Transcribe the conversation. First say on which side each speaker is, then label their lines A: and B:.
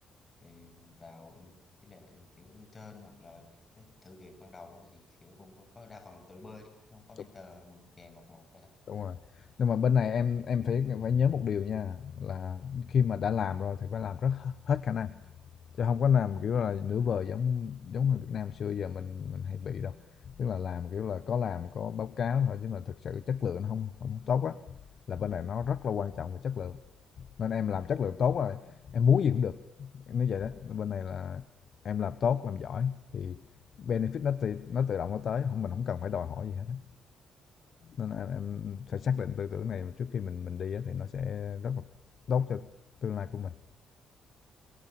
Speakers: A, on the left (about 30°); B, on the left (about 55°).
A: Thì vào in- chỉ là kiểu intern hoặc là cái thử việc ban đầu thì kiểu cũng có, có đa phần tự bơi không có mentor
B: Đúng.
A: mà kèm một một vậy đó
B: đúng rồi nhưng mà bên này em em phải phải nhớ một điều nha là khi mà đã làm rồi thì phải làm rất hết khả năng Chứ không có làm, kiểu là, nửa vời giống giống người Việt Nam xưa giờ mình mình hay bị đâu. Tức là làm, kiểu là, có làm có báo cáo thôi chứ mà thực sự chất lượng nó không hông tốt á, là bên này nó rất là quan trọng về chất lượng. Nên em làm chất lượng tốt rồi, em muốn gì cũng được, em nói vậy đó. Bên này là em làm tốt, làm giỏi thì benefit nó tự nó tự động nó tới, không mình không cần phải đòi hỏi gì hết á. Nên em em phải xác định tư tưởng này trước khi mình mình đi á thì nó sẽ rất là tốt cho tương lai của mình.